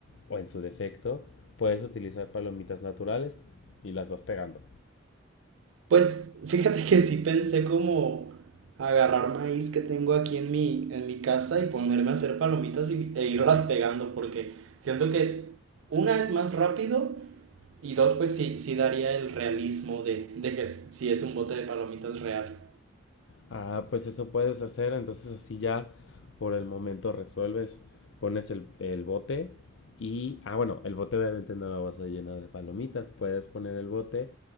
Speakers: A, on the left; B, on the right.
A: O en su defecto, puedes utilizar palomitas naturales y las vas pegando.
B: Pues fíjate que sí pensé como agarrar maíz que tengo aquí en mi, en mi casa y ponerme a hacer palomitas y, e irlas pegando, porque siento que una es más rápido y dos, pues sí, sí daría el realismo de, de que si es un bote de palomitas real.
A: Ah, pues eso puedes hacer, entonces así ya por el momento resuelves, pones el, el bote y, ah, bueno, el bote obviamente no lo vas a llenar de palomitas, puedes poner el bote